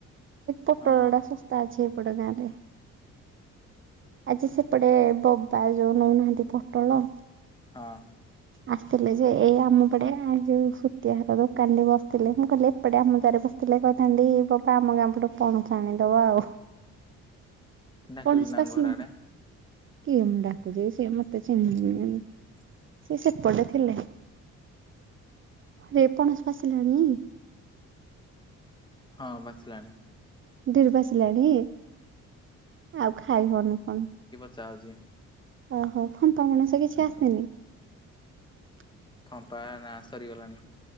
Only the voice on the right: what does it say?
ପୋଟଳ
ଟା ଶସ୍ତା ଅଛି ଏପଟ ଗାଁରେ, ଆଜି ସେପଟେ ବବା ଯୋଉ ନଉନାହାନ୍ତି ପୋଟଳ
ଆସିଥିଲେ ଯେ ଏଇ ଆମପଟେ ଆ ଯୋଉ ସୁତିଆ ଘର ଦୋକାନ ଠି ବସିଥିଲେ ।ମୁଁ କହିଲି ଏପଟେ ଆମ ଦୁଆରେ ବସିଥିଲେ କହିଥାନ୍ତି ବବା ଆମ ଗାଁ ପଟୁ ପଣସ ଆଣିଦବ ଆଉ
ପଣସ
ପାଚିଲାଣି?
କିଏ ମ ଡାକୁଛି ସିଏ ମତେ ଚିହ୍ନିବେନି ସେ ସେ ପଟେ ଥିଲେ ଯେ ପଣସ ପାଚିଲାଣି
<unintelligible> ଲାଣି ଆଉ ଖାଇହଉନି କଣ?
ଓହୋ ଫମ୍ପା ପଣସ କିଛି ଆସେନି। <inaudible>